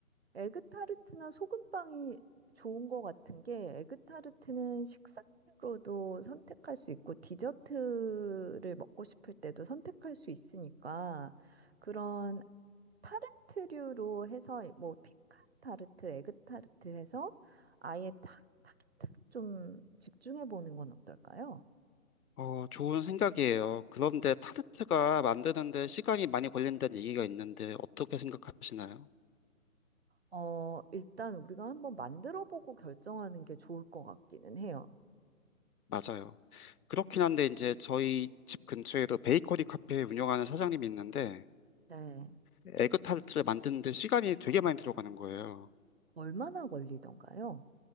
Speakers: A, on the right (about 45°); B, on the left (about 80°).
A: 에그타르트나 소금빵이 좋은 것 같은 게 에그타르트는 식사로도 선택할 수 있고 디저트를 먹고 싶을 때도 선택할 수 있으니까 그런 타르트류로 해서 뭐 피칸 타르트, 에그타르트 해서 아예 타, 타르트 좀 집중해 보는 건 어떨까요?
B: 어, 좋은 생각이에요. 그런데 타르트가 만드는데 시간이 많이 걸린다는 얘기가 있는데 어떻게 생각하시나요?
A: 어, 일단 우리가 한번 만들어 보고 결정하는 게 좋을 것 같기는 해요.
B: 맞아요. 그렇긴 한데 이제 저희 집 근처에도 베이커리 카페 운영하는 사장님이 있는데
A: 네.
B: 에그 타르트를 만드는데 시간이 되게 많이 들어가는 거예요.
A: 얼마나 걸리던가요?